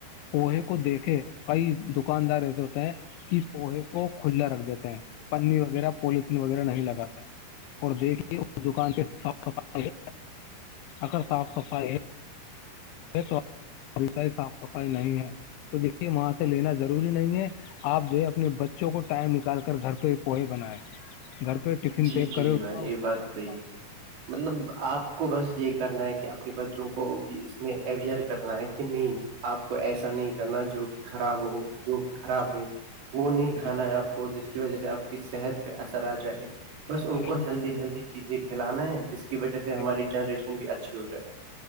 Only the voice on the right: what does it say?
جی
جی
جی بھائی
یہ
بات
صحیح
ہے مطلب آپ کو بس یہ کرنا ہے کہ اپنے بچوں کو اس میں اویئر کرنا ہے کہ نہیں آپ کو ایسا نہیں کرنا جو کہ خراب ہو جو کہ خراب
ہو
وہ نہیں کھانا
ہے آپ کو جس کی وجہ سے آپ کی صحت پہ اثر آ جائے بس ان
کو ہیلدی ہیلدی چیزیں کھلانا ہے جس کی وجہ
سے ہماری جنریشن بھی اچھی ہو جائے